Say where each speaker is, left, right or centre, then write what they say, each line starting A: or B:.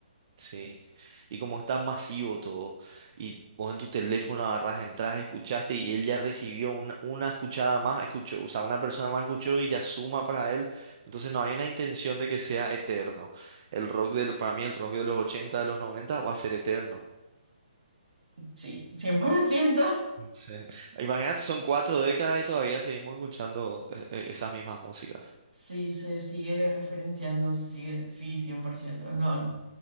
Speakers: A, on the right; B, on the right.
A: Sí, y como es tan masivo todo, y vos en tu teléfono agarrás, entras, escuchaste y él ya recibió una, una escuchada más, escuchó, o sea, una persona más escuchó y ya suma para él, entonces no hay una intención de que sea eterno. El rock de, lo- para mí el rock de los 80 de los 90 va a ser eterno.
B: Sí, cien por ciento
A: <laughs> Sí. Imagínate, son cuatro décadas y todavía seguimos escuchando eh, eh, esas mismas músicas.
B: Sí, se sigue referenciando, se sigue, sí, cien por ciento No,